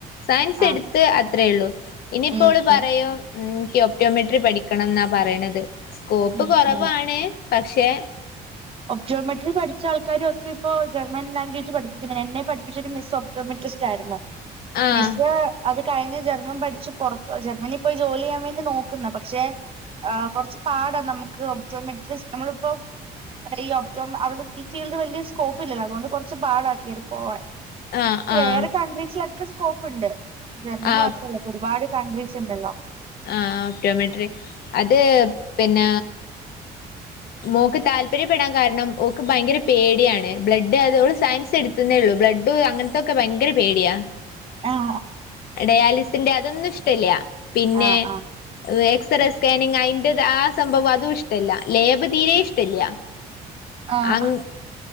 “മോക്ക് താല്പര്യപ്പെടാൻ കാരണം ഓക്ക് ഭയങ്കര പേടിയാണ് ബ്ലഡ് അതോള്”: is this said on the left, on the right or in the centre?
Left